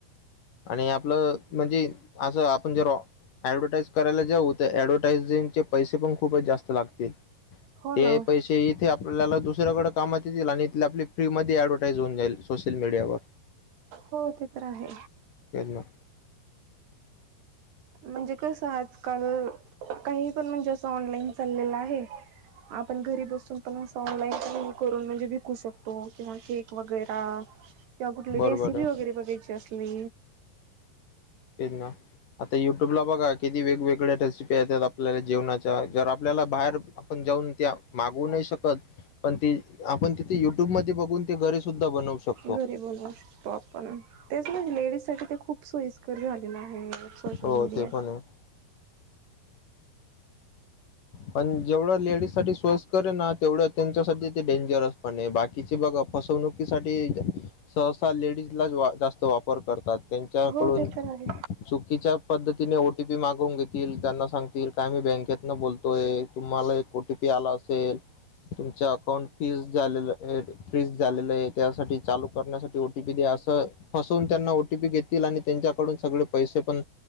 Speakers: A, on the left; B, on the right.
A: आणि आपलं म्हणजे असं आपण जे रॉ ऍडव्हर्टाइज करायला ज्या होत्या ऍडव्हटाइजिंगचे पैसे पण खूपच जास्त लागतील.
B: हो
A: ते
B: ना
A: पैशे ते इथे आपल्याला दुसऱ्याकडे कामात येतील आणि इथ आपली फ्री मध्ये ऍडव्हर्टाइज होऊन जाईल सोशल मीडियावर.
B: हो ते तर आहे.
A: तेच ना.
B: म्हणजे कसं आजकाल काही पण म्हणजे असं ऑनलाईन चाललेलं आहे. आपण घरी बसून पण असं ऑनलाईन पण हे करून म्हणजे विकू शकतो किंवा केक वगैरा.
A: <inaudible>
B: किंवा कुठली
A: बरोबर
B: रेसिपी
A: आहे
B: वगैरे बघायची असली
A: तेच ना. आता युट्यूबला बघा किती वेगवेगळ्या रेसिपी येतात आपल्याला जेवणाच्या जर आपल्याला बाहेर आपण जाऊन त्या मागवू नाय शकत पण ती आपण तिथ युट्युबमध्ये बघून ते घरी सुद्धा बनवू शक
B: घरी बनवू शकतो आपण तेच म्हणले लेडीजसाठी ते खूप सोयीस्कर झालेलं आहे. सोशल
A: हो
B: मीडिया.
A: ते पण आहे पण जेवढं लेडीज साठी सोयीस्कर ए ना तेवढं त्यांच्यासाठी ते डेंजरस पणये बा किचे बघा फसवणुकीसाठी सहसा लेडीजला जास्त वापर करतात. त्यांच्याकडून
B: हो ते तर आहे
A: चुकीच्या पद्धतीने ओ टी पी मागवून घेतील त्यांना सांगतील काय आम्ही बँकेतन बोल तोय तुम्हाला एक ओ टी पी आला असेल तुमच्या अकाउंट फीस झालेल फ्रीज झालेलं ए त्यासाठी चालू करण्यासाठी ओ टी पी द्या असं फसवून त्यांना ओटीपी घेतील आणि त्यांच्याकडून सगळे पैसे पण